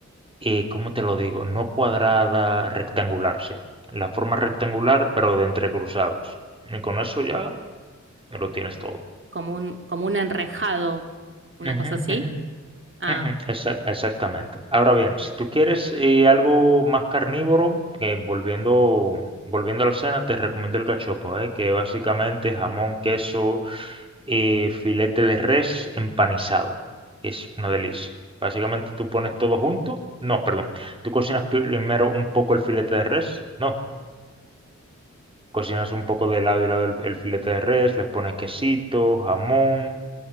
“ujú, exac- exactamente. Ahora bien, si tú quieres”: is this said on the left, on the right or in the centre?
Right